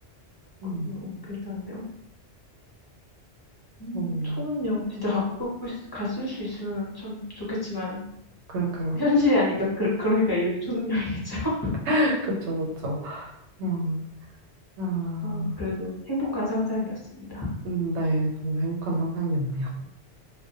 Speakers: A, on the right; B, on the left.
A: 음.
B: 그것도 어, 괜찮네요. 음,
A: 어,
B: 저는요, 진짜 갖고, 있- 갔을 수 있으면 참 좋겠지만,
A: 그럴까요
B: <laughs> 현실이 아니까, 그, 그러니까 이름이 초능력이겠죠? <laughs>
A: <laughs> 그쵸, 그쵸. 음, 아,
B: 아, 그래도 행복한 상상이었습니다.
A: 음, 네, 너무 행복한 상상이었네요.